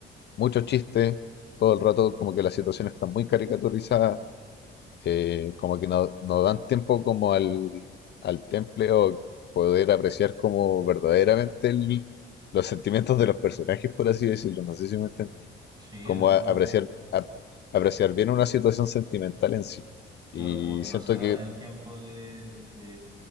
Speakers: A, on the left; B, on the right.
A: mucho chiste, todo el rato como que la situación está muy caricaturizada, eh, como que no, no dan tiempo como al, al temple o poder apreciar como verdaderamente el- los sentimientos de los personajes, por así decirlo, no sé si me entendí,
B: Sí,
A: como
B: lo entiendo.
A: a- apreciar, ap- apreciar bien una situación sentimental en sí.
B: Claro,
A: Y
B: como que
A: siento
B: no se da
A: que
B: el tiempo de, de